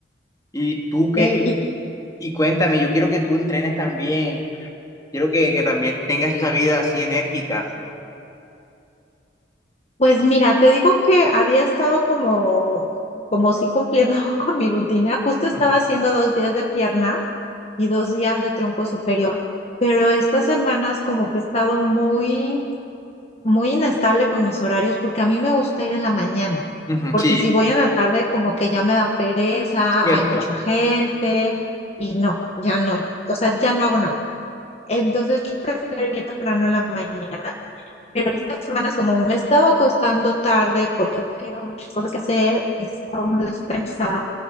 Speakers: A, on the left; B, on the left.
A: ¿Y tú qué,
B: Ok,
A: qué-
B: Y
A: Y cuéntame, yo quiero que tú entrenes también. Quiero que, que también tengas esa vida así enérgica.
B: pues mira, te digo que había estado como, como sí cumpliendo <laughs> con mi rutina. Justo estaba
A: Ujú.
B: haciendo dos días de pierna y dos días de tronco superior. Pero estas semanas como que he estado muy muy inestable con mis horarios porque a mí me gusta ir en la mañana,
A: Ujú,
B: porque
A: sí,
B: si voy en la tarde como que ya me da pereza,
A: cierto.
B: hay mucha gente y no, ya no, o sea, ya no hago nada. Entonces yo prefiero ir bien temprano en la mañana, pero estas semanas como me estaba acostando tarde porque tengo muchas cosas que hacer, estaba muy descansada,